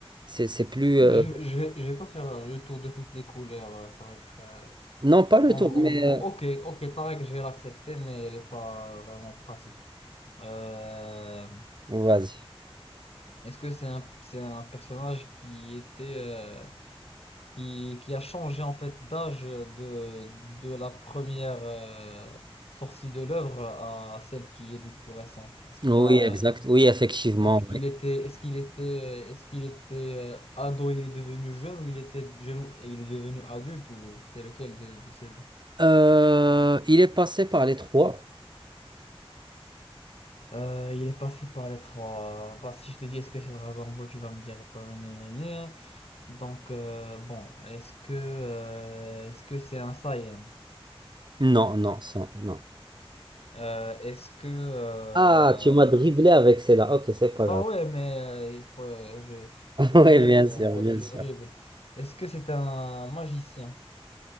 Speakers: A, on the right (about 50°); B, on the left (about 80°).
A: C'est, c'est plus...
B: non,
A: euh,
B: mais je, je, vais- je vais pas faire le tour de toutes les couleurs. euh, Ça va être. euh,
A: non, pas le
B: En,
A: tour,
B: en
A: mais...
B: gros,
A: euh,
B: ok, ok, ta règle, je vais l'accepter, mais elle n'est pas vraiment pratique. Euh,
A: vas-y.
B: est-ce que c'est un, c'est un personnage qui était, euh, qui, qui a changé en fait d'âge de, de la première euh, sortie de l'œuvre à celle qui est du coup récente? Est-ce qu'il
A: Oui,
B: a,
A: exact. Oui, effectivement.
B: donc il
A: ouais.
B: était, est-ce qu'il était, est-ce qu'il était euh, ado, il est devenu jeune ou il était jeune et il est devenu adulte ou c'est lequel de, de ces deux?
A: Euh, il est passé par les trois.
B: Euh, il est passé par les trois. Bah, si je te dis est-ce que c'est Dragon Ball, tu vas me dire. ta- na- na- na- Donc, euh, bon, est-ce que euh, est-ce que c'est un Saiyan?
A: Non, non, sans, non.
B: Euh, est-ce que. euh,
A: Ah, tu m'as dribblé avec celle-là. Ok, c'est pas
B: Bah
A: grave.
B: ouais, mais euh, il faut, euh, je,
A: <laughs> Oui,
B: je dribble,
A: bien
B: mon
A: sûr,
B: pote,
A: bien
B: je
A: sûr.
B: dribble. Est-ce que c'est un magicien?